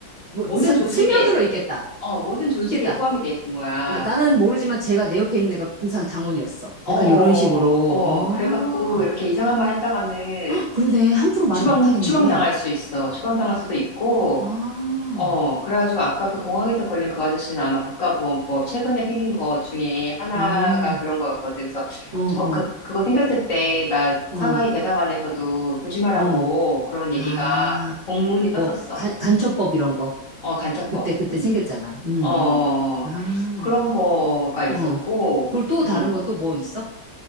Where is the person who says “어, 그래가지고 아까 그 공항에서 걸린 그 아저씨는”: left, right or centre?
Left